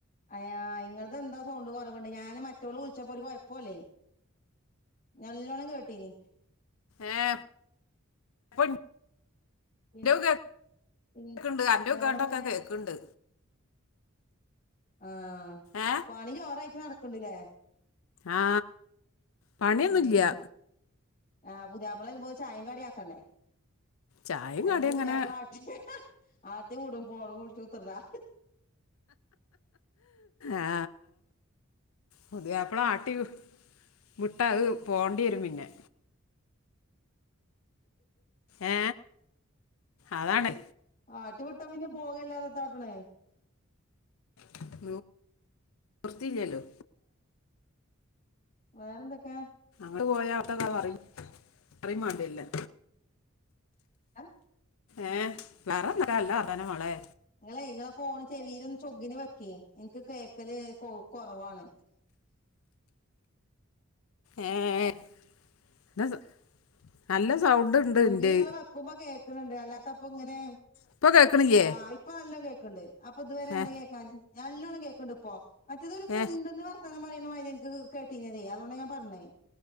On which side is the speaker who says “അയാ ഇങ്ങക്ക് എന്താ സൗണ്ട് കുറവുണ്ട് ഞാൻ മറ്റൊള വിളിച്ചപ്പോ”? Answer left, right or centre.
Left